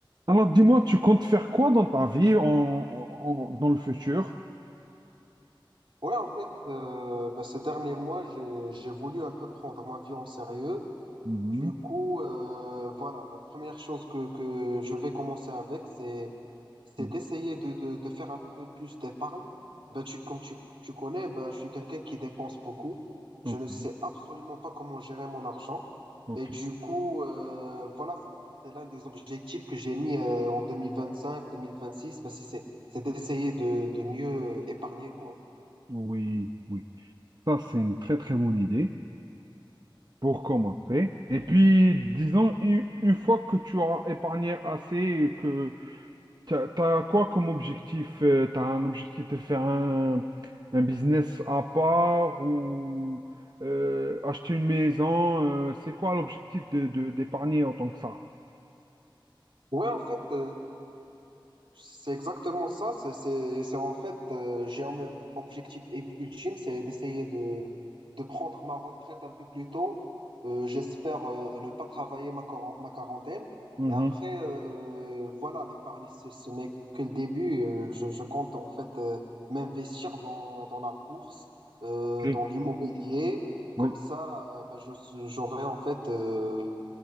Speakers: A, on the right (about 50°); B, on the right (about 75°).
A: Alors, dis-moi, tu comptes faire quoi dans ta vie en, en- en- dans le futur?
B: Ouais, en fait, euh, bah, ces derniers mois, j'ai, j'ai voulu un peu prendre ma vie en sérieux.
A: Mhm.
B: Du coup, euh, voilà, la première chose que, que je vais commencer avec, c'est, c'est
A: Mhm.
B: d'essayer de, de, de faire un peu plus d'épargne. Bah, tu, comme tu, tu connais, bah, je suis quelqu'un qui dépense beaucoup.
A: Ok,
B: Je ne sais absolument pas comment gérer mon argent.
A: ok.
B: Et du coup, euh, voilà, c'est c'est l'un des objectifs que j'ai mis euh, en 2025, 2026, bah, c'est c'est- c'est d'essayer de, de mieux épargner, quoi.
A: Oui, oui. Ça, c'est une très, très bonne idée pour commencer. Et puis, disons, une, une fois que tu as épargné assez, et que tu as, quoi comme objectif? Tu as un objectif de faire un, un business à part ou euh, acheter une maison? euh, c'est quoi l'objectif de, de- d'épargner autant que ça?
B: Ouais, en fait, euh, c'est exactement ça. C'est, c'est, c'est en fait, euh, j'ai un ob- objectif ul- ultime, c'est d'essayer de, de prendre ma retraite un peu plus tôt. Euh, j'espère euh, ne pas travailler ma, quaren- ma quarantaine.
A: Mhm.
B: Et après, euh, voilà, l'épargne, c'est ce n'est que le début. Euh, je, je compte en fait euh, m'investir dans, dans la bourse, euh,
A: Ok,
B: dans l'immobilier.
A: oui.
B: Comme ça, euh, ben, je, j'aurai en fait euh,